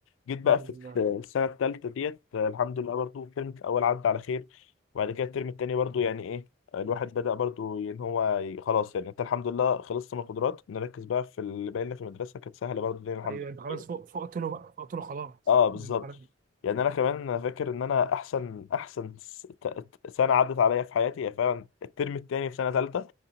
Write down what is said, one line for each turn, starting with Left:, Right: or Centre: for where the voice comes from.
Left: جيت بقى
Right: الحمد
Left: في
Right: لله
Left: السنه الثالثه ديت آه، الحمد لله برضو الترم الاول عدى على خير وبعد كده الترم الثاني برضو يعني ايه الواحد بدأ برضو ان هو ي- خلاص يعني انت الحمد لله خلصت من القدرات نركز بقى في اللي باقي لنا في المدرسه كانت سهله برضو الدنيا الحمد
Right: ايوه انت خلاص
Left: لله
Right: فوق فقت له بقى فقت له خلاص
Left: اه بالظبط
Right: الامتحانات دي
Left: يعني انا كمان أنا فاكر ان انا احسن احسن س- ت- سنه عدت عليا في حياتي هي فعلا الترم الثاني في سنه ثالثه